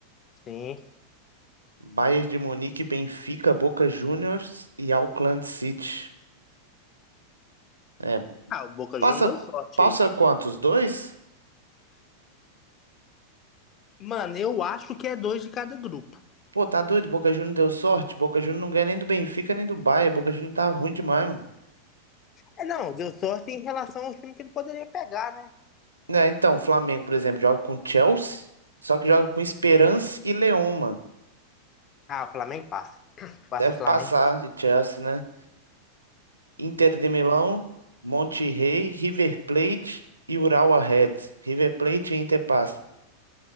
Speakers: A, on the left (about 30°); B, on the right (about 80°).
A: Sim.
B: Bayern de Munique, Benfica, Boca Juniors e Auckland City. É,
A: Ah, o Boca
B: passa,
A: Juniors deu sorte
B: passa
A: aí.
B: quantos? Dois?
A: Mano, eu acho que é dois de cada grupo.
B: Pô, tá doido, Boca Juniors deu sorte. Boca Juniors não ganha nem do Benfica nem do Bayern. Boca Juniors tá ruim demais, mano.
A: É, não, deu sorte em relação ao time que ele poderia pegar, né?
B: É, então, o Flamengo, por exemplo, joga com Chelsea, só que joga com Esperance e Leão, mano.
A: Ah, o Flamengo passa. <clears throat> Passa
B: Deve
A: Flamengo.
B: passar de Chelsea, né? Inter de Milão, Monterrey, River Plate e Urawa Reds. River Plate e Inter passa.